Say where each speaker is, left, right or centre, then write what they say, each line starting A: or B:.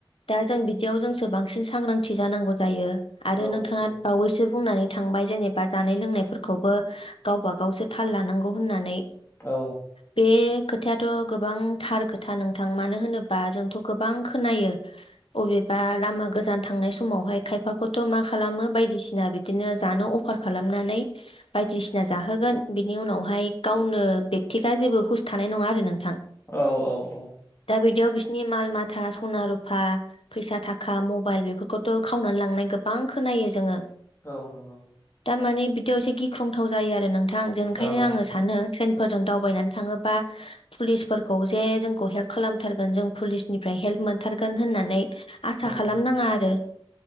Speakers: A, on the left; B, on the left.
A: दा जों बिदियाव जोंसो बांसिन सांग्रांथि जानांगौ जायो। आरो
B: औ
A: नोंथाङा
B: नंगौ
A: बावैसो बुंनानै थांबाय जेनेबा जानाय लोंनायफोरखौबो गावबा गावसो थाल लानांगौ होननानै।
B: औ
A: बे खोथायाथ' गोबां थार खोथा नोंथां। मानो होनोबा जोंथ' गोबां खोनायो। अबेबा लामा गोजान थांनाय समावहाय खायफाखौथ' मा खालामो बायदिसिना बे दिनो जानो अफार खालामनानै बायदिसिना जाहोगोन बिनि उनावहाय गावनो बेक्थिगआ जेबो हुस थानाय नङा आरो नोंथां।
B: औ औ औ
A: दा बिदियाव बिसिनि माल माथा सना रुफा फैसा थाखा मबाइल बेफोरखौथ' खावनानै लांनाय गोबां खोनायो जोङो।
B: औ नंगौ।
A: दा माने बिदियाव एसे गिख्रंथाव जायो आरो नोंथां। जे ओंखायनो
B: औ
A: आङो सानो ट्रेन फोरजों दावबायनानै थाङोबा पुलिसफोरखौ जे जोंखौ हेल्प खालामथारगोन जों पुलिसनिफ्राय हेल्प मोनथारगोन होननानै आसा
B: औ
A: खालामनाङा आरो